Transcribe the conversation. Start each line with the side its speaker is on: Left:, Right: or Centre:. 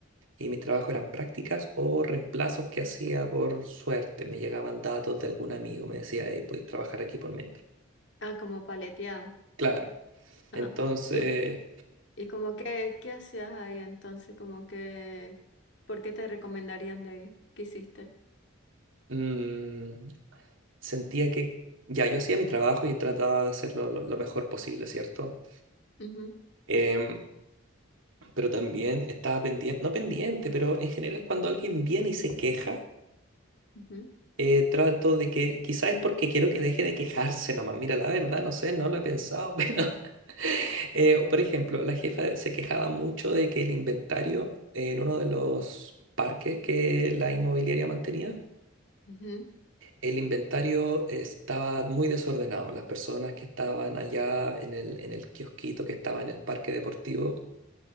Right: y mis trabajos eran prácticas o reemplazos que hacía por suerte. Me llegaban datos de algún amigo, me decía, hey, podéis trabajar aquí por mientras.
Left: Ah, como paleteada.
Right: Claro, entonces
Left: <laughs> ¿Y ¿Y como que qué hacías ahí entonces? Como que, ¿por qué te recomendarían de ahí? ¿Qué hiciste?
Right: mm, sentía que ya yo hacía mi trabajo y trataba de hacerlo lo, lo mejor posible, ¿cierto?
Left: Ujú,
Right: Em, pero también estaba pendiente, no pendiente, pero en general cuando alguien viene y se queja,
Left: ujú,
Right: eh, trato de que, quizás es porque quiero que deje de quejarse nomás. Mira, la verdad, no sé, no lo he pensado, <laughs> pero, eh, por ejemplo, la jefa se quejaba mucho de que el inventario en uno de los parques que la inmobiliaria mantenía,
Left: ujú,
Right: el inventario estaba muy desordenado. Las personas que estaban allá en el, en el kiosquito que estaba en el parque deportivo